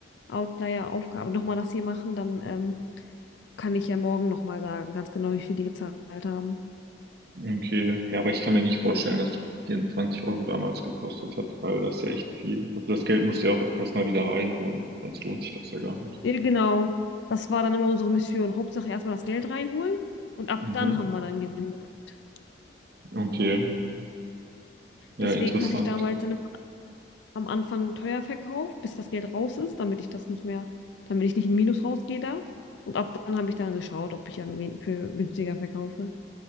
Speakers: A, on the left; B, on the right.
A: Outlier-Aufgabe nochmal das hier machen, dann ähm, kann ich ja morgen nochmal sagen, ganz genau, wie viel die gezahlt haben.
B: Okay. Ja, aber ich kann mir nicht vorstellen, dass 24 Euro damals gekostet hat, weil das ist ja echt viel. Also das Geld musst du ja auch erstmal wieder reinholen, sonst lohnt sich das ja gar nicht.
A: Ja, genau. Das war dann immer unsere Mission. Hauptsache erstmal das Geld reinholen und ab
B: Mhm.
A: dann haben wir dann Gewinn gehabt.
B: Okay. Ja,
A: Deswegen
B: interessant.
A: hatte ich damals dann am Anfang teuer verkauft, bis das Geld raus ist, damit ich das nicht mehr, damit ich nicht in Minus rausgehe da. Und ab dann habe ich dann geschaut, ob ich dann wen- für günstiger verkaufe.